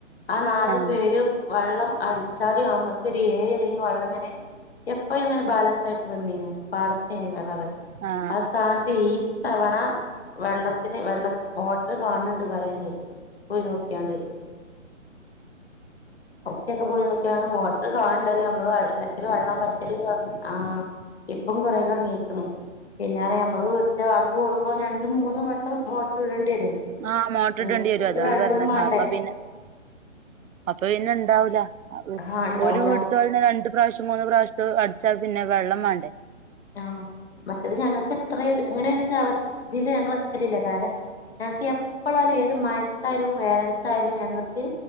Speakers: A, on the left (about 50°); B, on the right (about 80°).
A: ആ നാല്
B: ആഹ്
A: പേരും വള്ളം അടിച്ചാലും അങ്ങക്ക് ഒരു ഏഴ് റിങ്ങ് വെള്ളം ഇങ്ങനെ എപ്പഴും ഇങ്ങനെ ബാലസാ നിന്നിനു പാടത്തേന്നു കെണറ്
B: ആഹ് അഹ്
A: സ്ഥാനത്ത് ഈ തവണ വെള്ളത്തിന് വെള്ള മോട്ടർ കാണണണ്ട് പറയണ്ടേ പോയി നോക്കിയാണ്ട് ഉപ്പക്കെ പോയി നോക്കിയാണ്ട് കാണണ്ടല്ലോ നമ്മളെ വെള്ളം കെണറ്റില് വള്ളം വറ്റല്താ ആഹ് ഇപ്പൊക്കെ കൊറയല് തൊടങ്ങീക്ക്ന് പിന്നെ അറിയാം നമ്മള് വീട്ടിന്റെ ആൾ കൂടുമ്പോ രണ്ടും മൂന്നും വട്ടം മോട്ടർ ഇടേണ്ടി വരും
B: ആഹ് മോട്ടോർ
A: അപ്പ
B: ഇടേണ്ടി
A: അതിനനുസരിച്ച്
B: വരും അതാണ്
A: വെള്ളം
B: പറഞ്ഞണത്
A: വേണ്ടേ
B: അപ്പൊ പിന്നെ അപ്പൊ പിന്നെ ഉണ്ടാവൂല
A: ആ ഉണ്ടാവൂല
B: ഒരു വീടുത്ത പിന്നെ രണ്ട് പ്രാവശ്യം മൂന്ന് പ്രാവശ്യം അടിച്ചാൽ പിന്നെ വെള്ളം വേണ്ടേ
A: ആഹ മറ്റേത് ഞങ്ങൾക്ക് ഇത്ര ഇങ്ങനെ ഒരു അവസ്ഥയില് ഞങ്ങൾ എതലില്ല കാരണം ഞങ്ങൾക്ക് എപ്പോഴാലും ഏത് മഴത്തായാലും വേനലക്കായാലും ഞങ്ങൾക്ക്